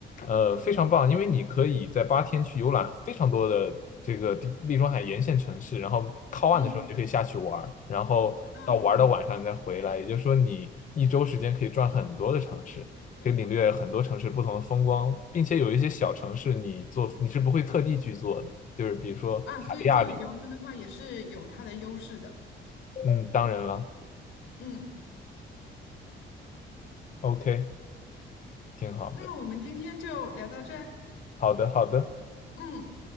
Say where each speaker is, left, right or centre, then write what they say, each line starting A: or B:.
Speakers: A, on the left; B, on the left.
A: 呃，非常棒，因为你可以在八天去游览非常多的这个地地中海沿线城市，然后靠岸的时候你就可以下去玩儿，
B: 嗯
A: 然后到玩儿到晚上你再回来，
B: 嗯
A: 也就是说你一周时间可以转很多的城市。可以领略很多城市不同的风光，并且有一些小城市你做你是不会特地去做的，就是比如说卡利亚里，
B: 啊，所以坐游轮的话也是有它的优势的。
A: 嗯，当然了
B: 嗯，
A: ，OK，挺好的，
B: 那我们今天就聊到这儿
A: 好的，好的。
B: 嗯。